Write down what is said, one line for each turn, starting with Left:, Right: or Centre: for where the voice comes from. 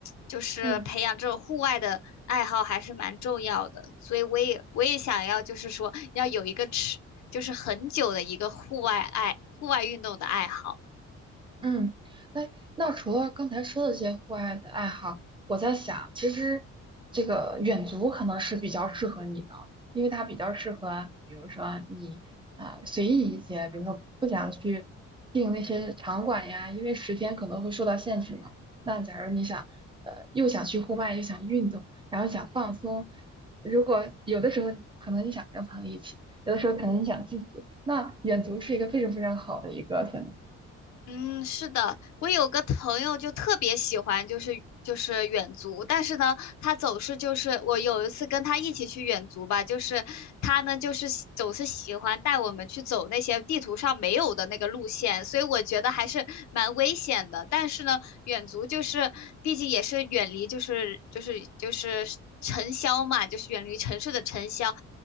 Left: 就是培养这种户外的爱好还是蛮重要的，
Right: 嗯。
Left: 所以我也我也想要，就是说要有一个持，就是很久的一个户外爱、户外运动的爱好。
Right: 嗯，哎，那除了刚才说的这些户外的爱好，我在想，其实这个远足可能是比较适合你的，因为它比较适合，比如说你啊、随意一些，比如说不想去订那些场馆呀，因为时间可能会受到限制嘛。那假如你想，呃，又想去户外，又想运动，然后想放松，如果有的时候可能你想跟朋友一起，有的时候可能你想自己，那远足是一个非常非常好的一个选择。
Left: 嗯，是的，我有个朋友就特别喜欢，就是就是远足，但是呢，他总是就是我有一次跟他一起去远足吧，就是他呢就是喜总是喜欢带我们去走那些地图上没有的那个路线，所以我觉得还是蛮危险的。但是呢，远足就是毕竟也是远离就是就是就是。尘嚣嘛，就是远离城市的尘嚣，